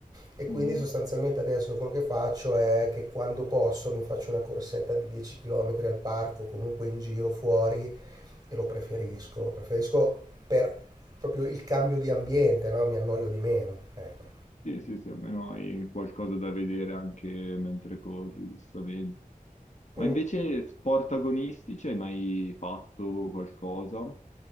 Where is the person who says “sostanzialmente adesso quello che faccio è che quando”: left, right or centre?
Right